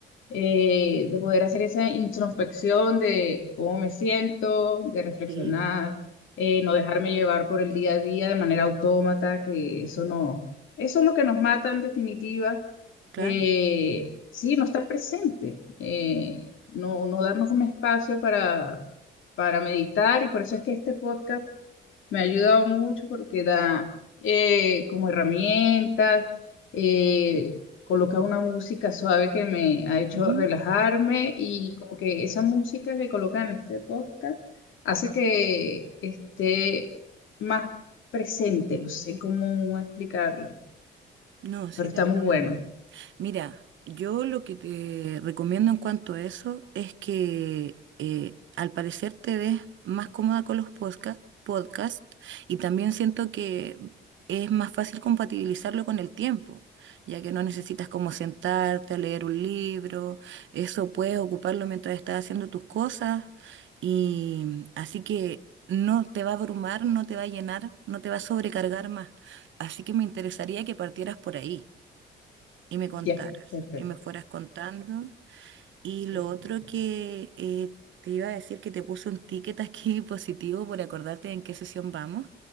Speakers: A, on the left; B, on the right.
A: eh, de poder hacer esa introspección de cómo me siento, de reflexionar,
B: Sí,
A: eh, no dejarme llevar por el día a día de manera autómata, que eso no, eso es lo que nos mata en definitiva,
B: claro.
A: eh, sí, no estar presente, eh, no, no darnos un espacio para, para meditar y por eso es que este podcast me ha ayudado mucho porque da eh, como herramientas, eh, coloca una música suave que me ha hecho
B: Ujú.
A: relajarme y como que esa música que coloca en este podcast hace que esté más presente, no sé cómo explicarlo,
B: No, sí
A: pero está
B: te entiendo.
A: muy bueno.
B: Mira, yo lo que te recomiendo en cuanto a eso es que eh, al parecer te ves más cómoda con los podca- podcast y también siento que es más fácil compatibilizarlo con el tiempo, ya que no necesitas como sentarte a leer un libro, eso puedes ocuparlo mientras estás haciendo tus cosas y así que no te va a abrumar, no te va a llenar, no te va a sobrecargar más. Así que me interesaría que partieras por ahí y me contaras,
A: Ya, perfecto,
B: y me fueras contando. Y lo
A: perfecto.
B: otro que eh, te iba a decir que te puse un ticket aquí <laughs> positivo por acordarte en qué sesión vamos.